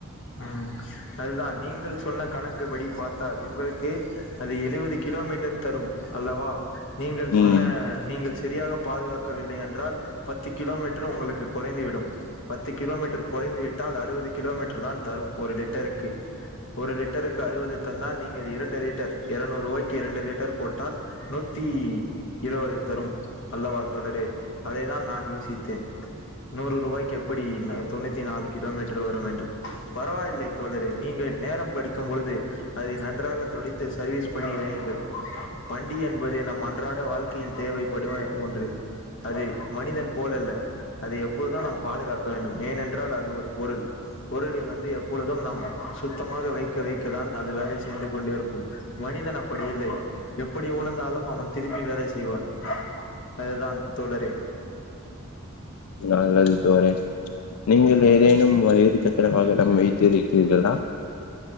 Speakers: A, on the left; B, on the left.
A: ம் அதுதான் நீங்கள் சொன்ன கணக்கு படி பார்த்தால் உங்களுக்கு அது எழுவது கிலோமீட் டர் தரும் அல்லவா நீங்கள்
B: ம்
A: சொன்ன நீங்கள் செரியாகப் பாதுகாக்கவில்லை என்றால் பத்து கிலோமீட்ரு உங்களுக்கு கொறைந்துவிடும் பத்து கிலோமீட்டர் கொறைந்துவிட்டா அறுபது கிலோ மீட்டர் தான் தரும் ஒரு லிட்டருக்கு ஒரு லிட்டருக்கு அறுபது தந்தால் நீங்கள் இரண்டு லிட்டர் இருரநூறு ரூபாய்க்கு இரண்டு லிட்டர் போட்டால் நூத் தி இருபது தரும் அல்லவா தோழரே அதைதான் நான் யோசித்தேன் நூறு ரூபாய்க்கு எப்படி தொண்ணூத்தி நாலு கிலோமீட்டர் வரும் எண்டு பரவாயில்லை தோழரே நீங்கள் நேரம் படிக்கும்போழுது அதை நன்றாகத் துடைத்து சர்வீஸ் பண்ணி செய்ங்க வண்டி என்பதை நம் அன் ராட வாழ்க்கையில் தேவைப்படுவ ஒன்று அது மனிதன் போலல்ல அதை எப்போதும் நாம் பாதுகாக்க வேண்டும் ஏனென்றால் அது ஒரு பொருள் பொருளை வந்து எப்பொழுதும் நாம் சுத்தமாக வைக்க வைக்கதான் அது வேலை செய்து கொண்டே இருக்கும் மனித தன் அப்படி இல்லை எப்படி உழுந்தாலும் அவன் திருப்பி வேலை செய்வான் அதுதான் தோழரே
B: நல்லது தோழரே நீங்கள்
A: ஆ
B: ஏதேனும் வ சக்கர வாகனம் வைத்திருக்கிறீர்களா